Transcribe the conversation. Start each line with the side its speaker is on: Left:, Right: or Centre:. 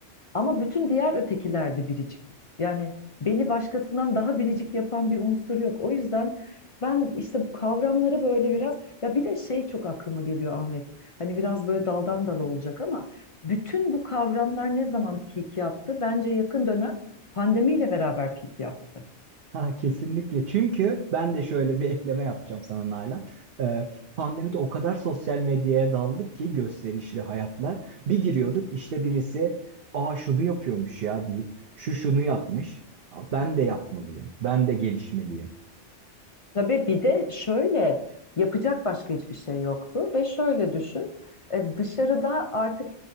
Left: Ama bütün diğer ötekiler de biricik. Yani beni başkasından daha biricik yapan bir unsur yok. O yüzden ben işte bu kavramları böyle biraz ya bir de şey çok aklıma geliyor Ahmet. Hani biraz böyle daldan dala olacak ama bütün bu kavramlar ne zaman peak yaptı? Bence yakın dönem pandemiyle beraber peak yaptı.
Right: Ha kesinlikle. Çünkü ben de şöyle bir ekleme yapacağım sana Nalan. Ee, pandemide o kadar sosyal medyaya daldık ki gösterişli hayatlar. Bir giriyorduk işte birisi aa şunu yapıyormuş ya deyip şu şunu yapmış. Aa, Ben de yapmalıyım. Ben de gelişmeliyim.
Left: Tabii bir de şöyle yapacak başka hiçbir şey yoktu ve şöyle düşün e, dışarıda artık